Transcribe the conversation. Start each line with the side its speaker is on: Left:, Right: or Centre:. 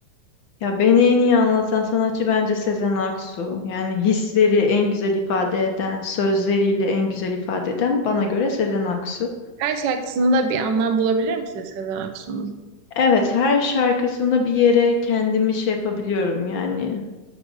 Left: Ya beni en iyi anlatan sanatçı bence Sezen Aksu. Yani hisleri en güzel ifade eden, sözleriyle en güzel ifade eden bana göre Sezen Aksu.
Right: Her şarkısında bir anlam bulabilir misin Sezen Aksu'nun?
Left: Evet, her şarkısında bir yere kendimi şey yapabiliyorum yani.